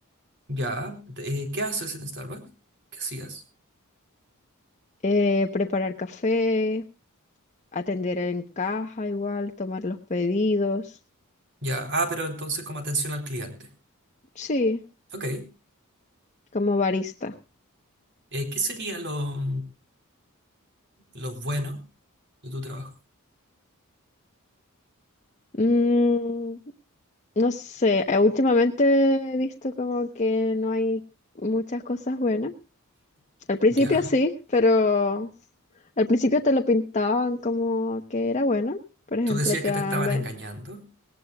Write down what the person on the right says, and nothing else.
Ya, eh, ¿qué haces en Starbucks? ¿Qué hacías?
Ya, ah, pero entonces como atención al cliente.
Ok,
eh, ¿qué sería lo, lo bueno de tu trabajo?
Ya,
tú decías
que
te estaban
engañando.